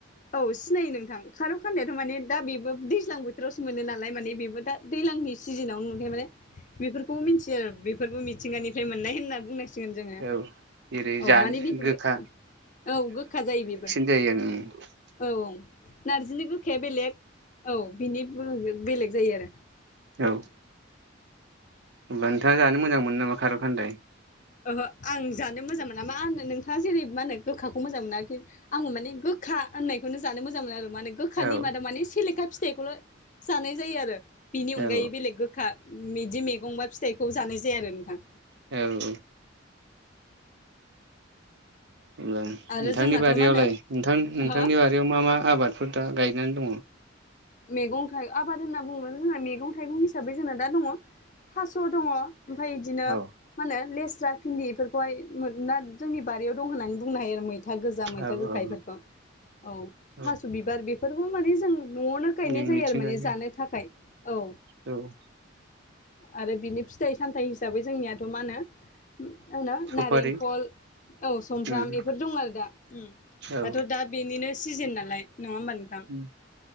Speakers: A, on the left; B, on the right.
A: औ सिनायो नोंथां खारौ खान्नायाथ' माने दा बेबो दैज्लां बोथोरावसो मोनो नालाय माने बेबो दा दैज्लांनि सिजोनावनो मोनखाया माने बेफोरखौबो मिथियो आरो बेफोरबो मिथिंगानिफ्राय मोननाय होनना बुंनांगोन। मिसिगोन जोङो
B: औ जेरै जानो
A: औ माने बेफोरबो
B: गोखा
A: औ गोखा जायो बेबो।
B: जायोनो
A: औ नारजिनि गोखाया बेलेग औ बिनि बेलेग जायो आरो।
B: औ नोंथाङा जानो मोजां मोनो नामा खार' खान्दाय?
A: ओहो आं जानो मोजां मोना मा होनो नोंथाङा जेरै मा होनो गोखाखौ मोजां मोनाखि। आंबो माने गोखा होननायखौनो जानो मोजां मोनो आरो मानो। गोखानि
B: औ
A: मादा माने सेलेखा फिथाइखौल' जानाय जायो आरो बिनि
B: औ
A: अनगायै बेलेग गो खा बिदि मैगं बा फिथाइखौ जानाय जाया आरो नोंथां।
B: औ हब्ला नोंथांनि
A: आरो जोंनाथ'
B: बारियावलाय
A: मा होनो
B: नोंथां नोंथांनि
A: हो
B: बारियाव मा मा आबादफोर दा गायनानै दङ।
A: मैगं थाइं आबाद होनना बुङोब्ला जोंहा मैगं थाइगं हिसाबै जोंना दा दङ थास' दङ। ओमफफ्राय बिदिनो
B: औ
A: मा होनो लेस्रा फिन्दि बेफोरखौहाय ना जोंनि बारियाव दं होननानै बुंनो हायो आरो। मै मैथा गोजा मैथा
B: औ
A: गोखायफोरखौ
B: औ
A: औ
B: औ
A: थास' बिबार बेबो माने जों न'आवनो। गायनाय
B: जों
A: जायो
B: मिथिंगानि
A: आरो माने जानो थाखाय औ।
B: औ
A: आरो बिनि फिथाइ सामथायाइ हिसाबै जोंनियाथ' मा होनो मा होनो
B: सफारि
A: नारेंखल औ सुमफ्राम
B: उम
A: बेफोर दं आरो दा।
B: औ
A: दाथ' दा बेनिनो सिजोन नालाय नङा होमबा नोंथां।
B: उ